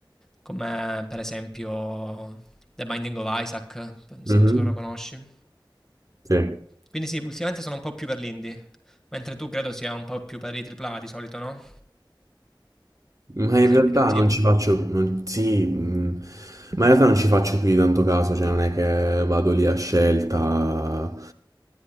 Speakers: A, in the centre; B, on the right.
A: come per esempio The Binding of Isaac, se
B: Mhm.
A: non so se lo conosci.
B: Sì.
A: Quindi sì, ultimamente sono un po' più per l'indie, mentre tu credo sia un po' più per i AAA di solito, no?
B: Ma in
A: Mi sembri
B: realtà
A: più tipo.
B: non ci faccio, non- sì, mh, ma in realtà non ci faccio più di tanto caso, cioè non è che vado lì a scelta,